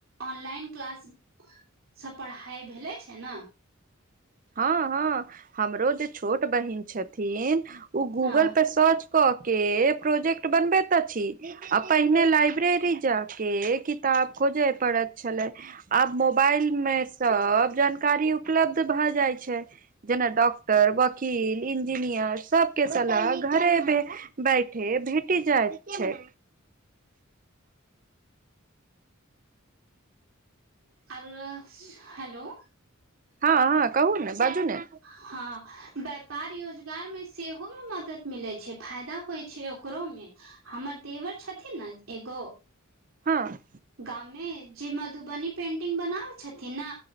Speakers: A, on the right (about 75°); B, on the right (about 40°).
A: ऑनलाइन क्लाससँ पढ़ाइ भेल छैय न
B: हँ हँ हमरो जे छोट बहिन छथिन ओ गूगल
A: हँ
B: पे सर्च कऽ के प्रोजेक्ट बनबे तऽ छी आ पहिने लाइब्रेरी जा के किताब खोजे पड़ैत छलै आब मोबाइल मे सब जानकारी उपलब्ध भए जाइ छैय जेना डॉक्टर वकील इंजीनियर सबके सलाह घरेमे बैठे भेटी जाइत छैय
A: आर हेलौ
B: हँ हँ कहू न बाजू न
A: हँ व्यापार योजगार मे सेहोमे मदद मिलैत छैय फायदा होइत छै करो मे हमर देवर छथिन ने एगो
B: हँ
A: गाममे जे मधुबनी पेंटिंग बनाबै छथिन न